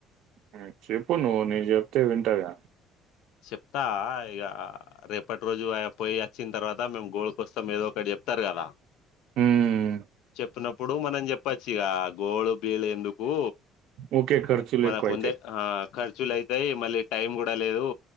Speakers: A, on the right (about 70°); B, on the left (about 75°).
A: ఆ చెప్పు నువ్వు నేను జెప్తే వింటరుగా
B: సెప్తా ఇగ రేపటి రోజు ఆ పోయి అచ్చిన్ తర్వాత మేమ్ గోల్కొస్తాం ఏదో ఒకటి జెప్తరు గదా
A: ఊమ్
B: వొస్తునప్పుడు మనం జెప్పచ్చిగా గోడు బీలు ఎందుకు
A: ఊకే ఖర్చులు
B: మనకు
A: ఎక్కువైతాయి
B: ఉందే ఆ ఖర్చులు అయితాయి మళ్ళీ టైం గూడా లేదు